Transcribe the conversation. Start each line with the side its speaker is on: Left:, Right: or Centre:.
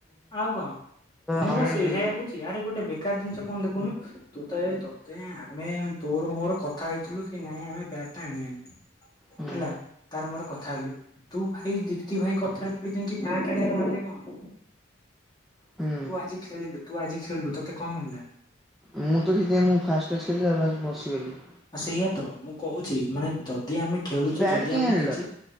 Left: ଆଉ କଣ ମୁଁ
Centre: ହଇରାଣ
Left: ବାସ
Centre: କରିବେ
Left: ସେଆ କହୁଛି ଆରେ ଗୋଟେ ବେକାର ଜିନିଷ କୁ କଣ ଦେଖୁନୁ ତୁ ତ ଏ ତତେ ଆମେ ତୋର ମୋର କଥା ହେଇଥିଲୁ କି ନାଇଁ ଆମେ ବ୍ୟାଟ ଟା ଆଣିବାନି
Centre: ହୁଁ
Left: ହେଲା ତାର ମୋର କଥା ହେଲୁ ତୁ ଭାଇ ଦୀପ୍ତି ଭାଇ କଥାରେ ପ ବ୍ୟାଟ ଆଣିବାର ମାନେ କଣ?
Centre: ହୁଁ।
Left: ତୁ ଆଜି ଖେଳିଲୁ ତୁ ଆଜି ଖେଳିଲୁ ତୋତେ କଣ ମିଳିଲା?
Centre: ମୁଁ ତ ସେଥି ମୁଁ ଫାଷ୍ଟ ଫାଷ୍ଟ ଖେଳିଲିି ବସିଗଲି ।
Left: ଆ ସେଇଆ ତ ମୁଁ କହୁଛି ମାନେ ଯଦି ଆମେ ଖେଳୁଛେ
Centre: ସେ ବ୍ୟାଟ୍
Left: ଯଦି
Centre: କାଇଁ
Left: ଆମକୁ
Centre: ଆଣିଲ
Left: କିଛି